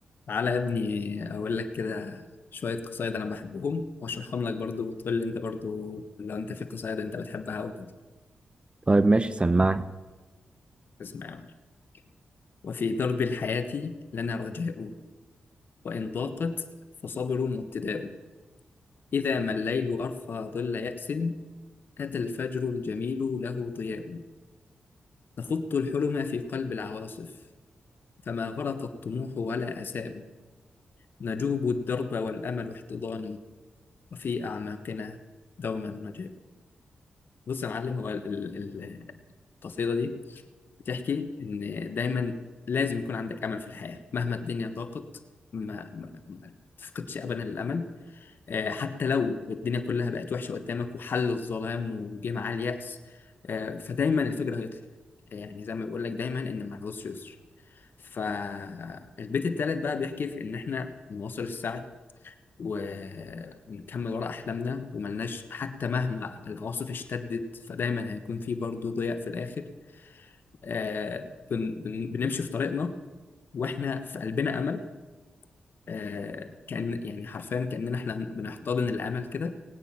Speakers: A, on the left; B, on the right.
A: تعالى يا ابني اقول لك كده شويه قصايد انا بحبهم واشرحهم لك برضو وتقول لي انت برضو لو انت في قصايد انت بتحبها وكده
B: طيب ماشي سمعني
A: اسمع يا معلم وفي درب الحياه لنا رجاء وان ضاقت فصبر وابتداء اذا ما الليل ارخى ظل ياس اتى الفجر الجميل له ضياء نخط الحلم في قلب العواصف فما غرق الطموح ولا اساء نجوب الدرب والامل احتضان وفي اعماقنا دوما رجاء بص يا معلم هو ال- ال- ال- القصيدة دي بتحكي إن دايما لازم يكون عندك أمل في الحياة مهما الدنيا ضاقت ما, ما, ما تفقدش أبدا الأمل آه، حتى لو الدنيا كلها بقت وحشة قدامك وحل الظلام وجه معاه اليأس آه، فدايما الفجر هيطلع يعني زي ما بيقول لك دايما إن مع العسر يسر فالبيت التالت بقى بيحكي في إن إحنا نواصل السعي و- ونكمل ورا أحلامنا وملناش حتى مهما العواصف اشتدت فدايما هيكون في برضه ضياء في الآخر آه بن بن بنمشي في طريقنا وإحنا في قلبنا أمل آه، كأن يعني حرفيا كأننا احنا بنحتضن الأمل كده